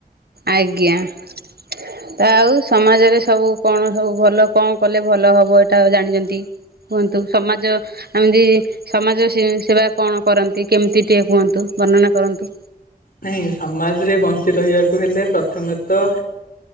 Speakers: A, on the right; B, on the left.
A: ଆଜ୍ଞା ଆଜ୍ଞା। ତା ଆଉ ସମାଜରେ ସବୁ କଣ ସବୁ ଭଲ କଣ କଲେ ଭଲ ହବ ଏଇଟା ଜାଣିଛନ୍ତି। କୁହନ୍ତୁ ସମାଜ ଏମିତି ସମାଜ ସେବା କଣ କରନ୍ତି, କେମିତି ଟିକେ କୁହନ୍ତୁ ବର୍ଣ୍ଣନା କରନ୍ତୁ।
B: ନହିଁ ସମାଜରେ ବଞ୍ଚି ରହିବାକୁ ହେଲେ, ପ୍ରଥମେତଃ